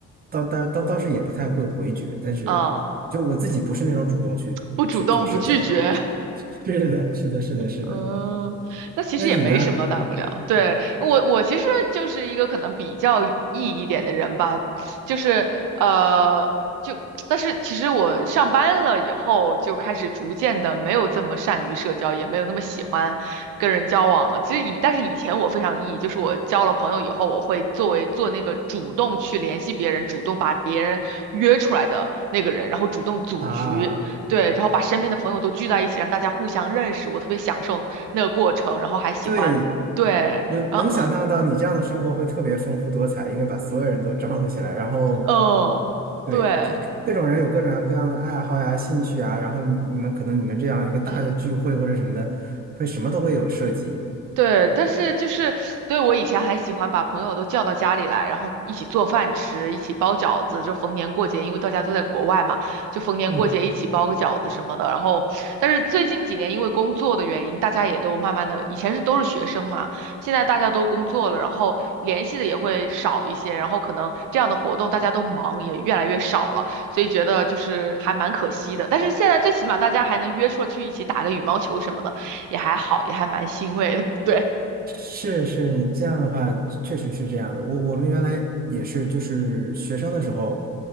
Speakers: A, on the right (about 30°); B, on the right (about 90°).
A: 倒倒倒倒是也不太会回绝，但是就我自己不是那种主动去去做社交的。
B: 啊，不主动，不拒绝。
A: <laughs> 是的，是的，是的，是的。
B: 嗯，那其实也没什么大不了。
A: 那你呢？
B: 对，我，我其实就是一个可能比较 E 一点的人吧，就是呃，就但是其实我上班了以后，就开始逐渐的没有这么善于社交，也没有那么喜欢跟人交往了。其实以但是以前我非常 E，就是我交了朋友以后，我会作为做那个主动去联系别人，主动把别人约出来的那个人，然后主动组局。
A: 啊，
B: 对，然后把身边的朋友都聚在一起，让大家互相认识，我特别享受那个过程，然后还喜欢，
A: 对，
B: 对，
A: 能能想象到你这样的生活会特别丰富多彩，
B: 然后
A: 因为把所有人都张罗起来，然后
B: <laughs> 嗯，
A: 对各各各种人有各种各样的爱好呀、
B: 对，
A: 兴趣啊，然后你你们可能你们这样一个大的聚会或者什么的，
B: 嗯。
A: 会什么都会有涉及。
B: 对，但是就是，对，我以前还喜欢把朋友都叫到家里来，然后一起做饭吃，一起包饺子，就逢年过节，因为大家都在国外嘛，就逢年过节一起包个饺子什么的。
A: 嗯。
B: 然后，但是最近几年因为工作的原因，大家也都慢慢的，以前是都是学生嘛，现在大家都工作了，然后联系的也会少一些，然后可能这样的活动大家都忙，也越来越少了，所以觉得就是还蛮可惜的。但是现在最起码大家还能约出去一起打个羽毛球什么的。也还好，也还蛮欣慰的。<laughs> 对，
A: 是是，你这样的话确实是这样的。我我们原来也是，就是学生的时候，